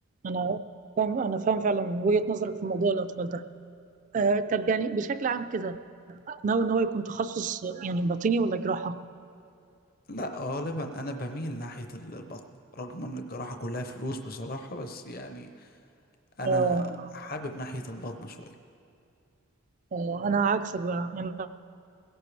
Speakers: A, on the right (about 35°); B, on the left (about 45°).
A: انا فاهم انا فاهم فعلا وجهة نظرك في موضوع الاطفال ده آه طب يعني بشكل عام كده ناوي ان هو يكون تخصص يعني باطني ولا جراحة؟
B: لا غالبا انا بميل ناحية ال- البطنة رغم ان الجراحة كلها فلوس بصراحة بس يعني انا
A: اه
B: حابب ناحية البطنة شوية
A: آه، انا عكسك بقى يعني